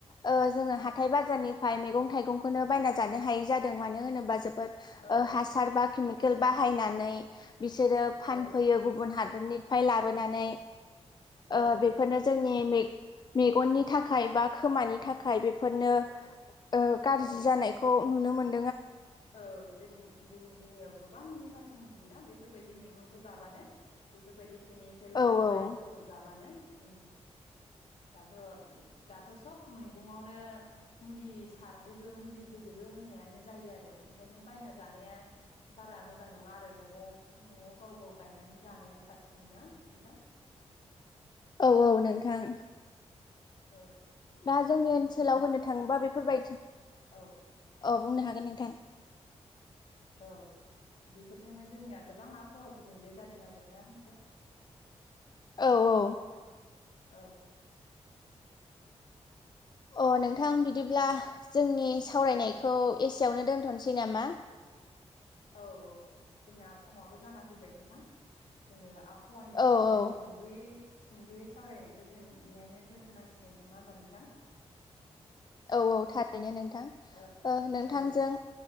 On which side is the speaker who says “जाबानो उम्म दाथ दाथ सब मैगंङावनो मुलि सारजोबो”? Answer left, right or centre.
Left